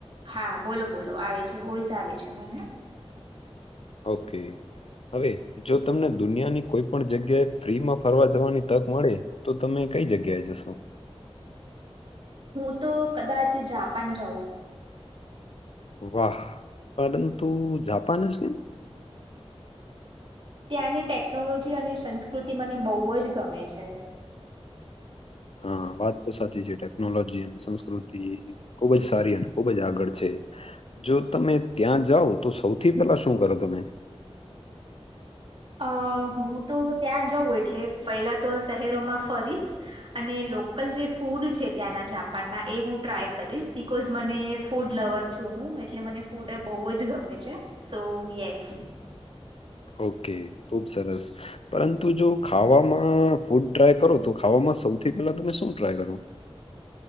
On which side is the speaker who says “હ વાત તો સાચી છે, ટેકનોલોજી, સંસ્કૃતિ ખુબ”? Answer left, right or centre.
Left